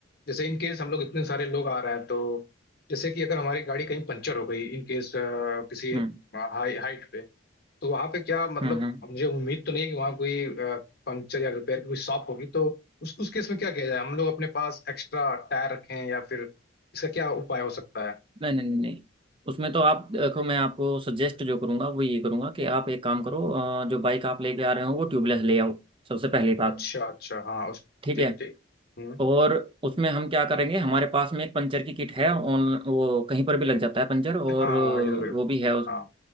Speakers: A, on the left; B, on the right.
A: जैसे इन केस हम लोग इतने सारे लोग आ रहे हैं तो जैसे कि अगर हमारी गाड़ी कहीं पंचर हो गई इन केस किसी
B: हम्म
A: हाई हाइट पे तो वहां पे क्या मतलब
B: हम्म हम्म
A: मुझे उम्मीद तो नहीं है कि वहां कोई पंक्चर या रिपेयर की कोई शॉप होगी तो उस उस केस में क्या किया जाए हम लोग अपने पास एक्स्ट्रा टायर रखें या फिर इसका क्या उपाय हो सकता है
B: नहीं नहीं नहीं नहीं उसमें तो आप देखो मैं आपको सजेस्ट जो करूंगा वो ये करूंगा कि आप एक काम करो अ, जो बाइक आप लेके आ रहे हो वो ट्यूबलेस ले आओ सबसे पहली बात
A: अच्छा अच्छा हाँ उस
B: ठीक
A: ठीक
B: है
A: ठीक हम्म
B: और उसमें हम क्या करेंगे हमारे पास में एक पंचर की किट है ऑन वो कहीं पर भी लग जाता है पंचर और
A: हाँ ये तो लग
B: वो भी है उस
A: हाँ